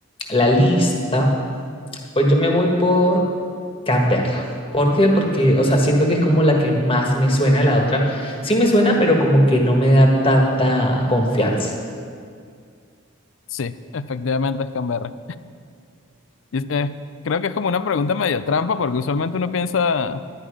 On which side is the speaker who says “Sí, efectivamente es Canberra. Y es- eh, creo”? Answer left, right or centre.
Left